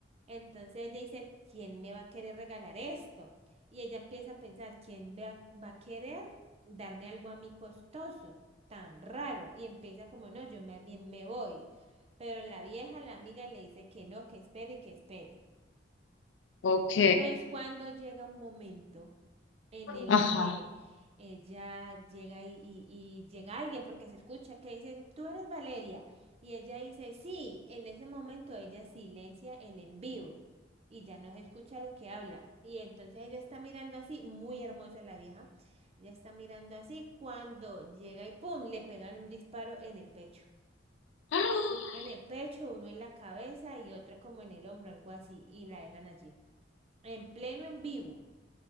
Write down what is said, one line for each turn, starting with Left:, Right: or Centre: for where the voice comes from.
Right: Entonces ella dice, ¿quién me va a querer regalar esto? Y ella empieza a pensar, ¿quién va, va a querer darme algo a mí costoso, tan raro? Y empieza como, no, yo más bien me voy. Pero la vieja, la amiga, le dice que no, que espere y que espere.
Left: ok,
Right: Pues cuando llega un momento en el
Left: ajá.
Right: que ella llega y, y- y llega alguien porque se escucha que dicen, tú eres Valeria. Y ella dice, sí, en ese momento ella silencia el en vivo y ya no se escucha lo que habla. Y entonces ella está mirando así, muy hermosa la vieja, ella está mirando así cuando llega y ¡pum! le pegan un disparo en el pecho.
Left: ¡Ah!
Right: Uno en el pecho, uno en la cabeza y otro como en el hombro, algo así, y la dejan allí. En pleno en vivo.